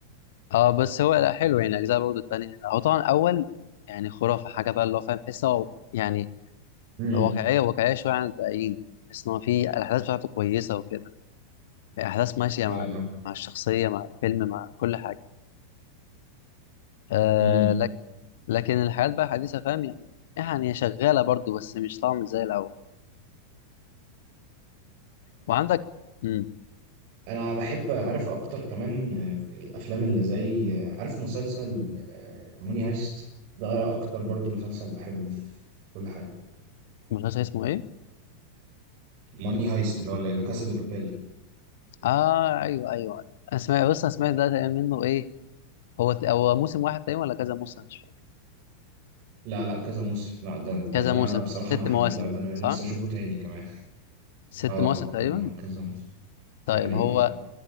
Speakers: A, on the left (about 55°); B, on the right (about 45°).
A: اه بس هو لا حلو يعني الأجزاء برضو التانية هو طبعا أول يعني خرافة حاجة بقى اللي هو فاهم تحس هو يعني
B: مم.
A: واقعية واقعية شوية عن الباقيين تحس إن هو في الأحداث بتاعته كويسة وكده الأحداث ماشية
B: اه
A: مع
B: اه
A: مع الشخصية مع الفيلم مع كل حاجة آه
B: مم.
A: لك لكن الحياة بقى حديثة فاهم يعني يعني هي شغالة برضو بس مش طبعا مش زي الأول وعندك امم
B: انا بحب اعرف اكتر كمان آه، في الافلام اللي زي آه، عارف مسلسل آه، موني هايست ده اكتر برضو مسلسل بحبه في في كل حاجه
A: المسلسل اسمه إيه؟
B: موني هايست اللي هو لا كاسا دي بابيل
A: آه أيوه أيوه أنا سمعت بص أنا سمعت ده تقريبا منه إيه هو هو موسم واحد تقريبا ولا كذا موسم مش فاكر
B: لا لا كذا موسم لا ده ده,
A: كذا
B: ده
A: موسم
B: بصراحه
A: ست
B: انا حبيته
A: مواسم
B: ده انا نفسي
A: صح؟
B: اشوفه تاني كمان
A: ست
B: اه
A: مواسم تقريبا
B: كان كذا موسم
A: طيب
B: تقريبا
A: هو
B: اه